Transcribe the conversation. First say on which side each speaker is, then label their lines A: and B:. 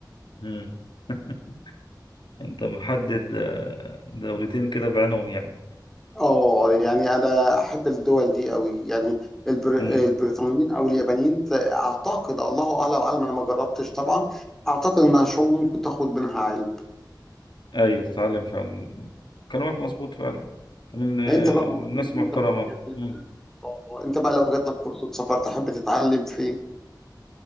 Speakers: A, on the left (about 85°); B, in the centre.
A: مم. <laughs> انت محدد آه، دولتين كده بعينهم يعني
B: اه يعني انا احب الدول دي قوي يعني البر...
A: مم.
B: البريطانيين او اليابانيين ت- اعتقد الله اعلى واعلم انا ما جربتش طبعا اعتقد انها شعوب ممكن تاخد منها علم
A: ايوه تتعلم فعلا كلامك مظبوط فعلا من آه،
B: انت بقى
A: الناس
B: ما قلتليش
A: المحترمة
B: انت في رايك لو-
A: مم.
B: آه، انت بقى لو جات لك فرصه سفر تحب تتعلم فين